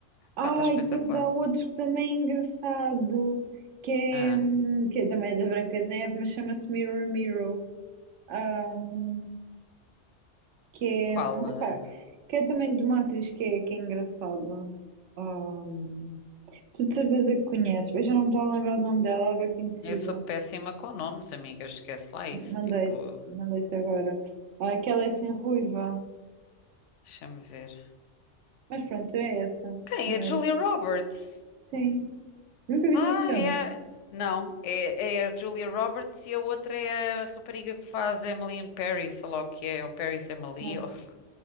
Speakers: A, on the right; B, on the left.
A: Ah,
B: Pá, está espetacular.
A: e depois há outro que também é engraçado, que é,
B: Ah,
A: hum, que é também é da Branca de Neve, mas chama-se Mirror Mirror. Ahm, que é,
B: qual?
A: hum,
B: ah?
A: epá, que é também de uma atriz que é, que é engraçada. Ahm, tu de certeza que conheces, eu já não me estou a lembrar do nome dela, ela é bem conhecida.
B: Eu sou péssima com nomes, amiga. Esquece lá isso.
A: Mandei-te,
B: Tipo,
A: mandei-te agora. Ah, aquela é assim ruiva.
B: deixa-me ver.
A: Mas pronto, é essa,
B: Quem?
A: senhora.
B: A Julia Roberts.
A: Sim. Nunca viste
B: Ah,
A: esse filme?
B: é. a- Não, é, é a Julia Roberts e a outra é a rapariga que faz Emily in Paris, ou lá o que é, ou Paris Emily,
A: Não.
B: ou... <laughs>